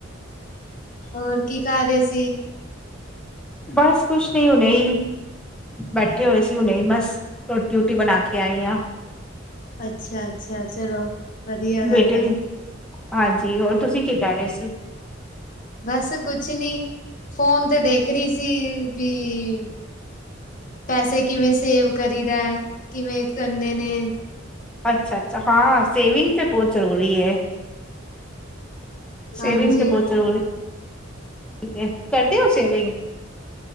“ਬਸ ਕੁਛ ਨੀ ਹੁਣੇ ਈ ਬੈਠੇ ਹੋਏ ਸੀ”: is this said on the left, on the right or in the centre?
Centre